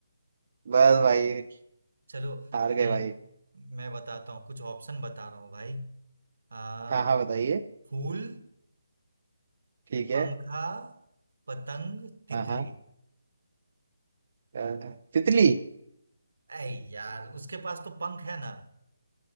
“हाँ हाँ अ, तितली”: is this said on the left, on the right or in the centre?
Right